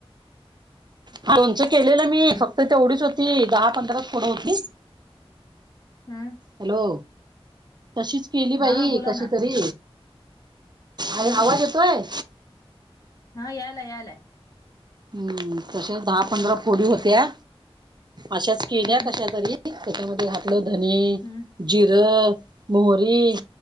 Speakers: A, on the right (about 45°); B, on the left (about 35°).
A: हा लोणच केलेलं मी
B: हॅलो
A: फक्त तेवढीच होती दहा पंधरा च फोडी होती.
B: हम्म
A: हॅलो तशीच केली बाई
B: हा बोला
A: कशी
B: ना
A: तरी. अरे
B: हम्म
A: आवाज येतोय?
B: हा यालाय यालाय.
A: हम्म तसे दहा
B: बोला
A: पंधरा
B: ना
A: फोडी होत्या अशाच केल्या
B: हम्म
A: कशा तरी. त्याच्यामध्ये घातलं धने,
B: हम्म
A: जिरं, मोहरी.